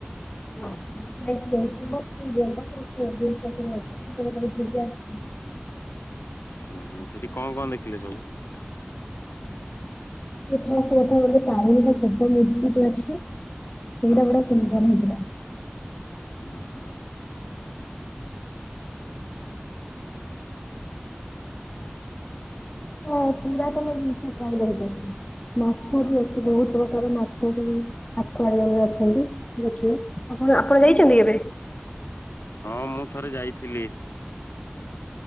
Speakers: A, on the left; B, on the left.
A: <unintelligible>
B: ହୁଁ ହୁଁ ସେଠି କଣ କଣ ଦେଖିଲେ ସବୁ?
A: ସମସ୍ତ କଥା ଗଲେ ପାଣି ବି ଛୋଟ ମୂର୍ତ୍ତିଟେ ଅଛି ସେଇଟା
B: ହୁଁ
A: ଗୋଡେ ସୁନ୍ଦର ହେଇଥିଲା।
B: ଉଁ ହୁଁ।
A: ହଁ ପୁରାତନ ଜିନିଷ ପ୍ରାୟ ବହୁତ ଅଛି। ମାଛ
B: ଅହ
A: ବି ଅଛି ବୋହୁତ ପ୍ରକାର ମାଛ ଆକ୍ୟୁରିୟମରେ ଅଛନ୍ତି ଦେଖିବେ ଆପଣ ଆପଣ ଯାଇଛନ୍ତି କେବେ?
B: ହଁ ମୁଁ ଥରେ ଯାଇଥିଲି।